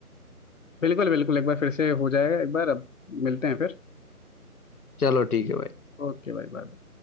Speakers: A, on the left (about 55°); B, on the left (about 70°).
A: बिल्कुल बिल्कुल एक बार फिर से हो जाएगा एक बार अब मिलते हैं फिर
B: चलो ठीक है भाई
A: ओके भाई बाय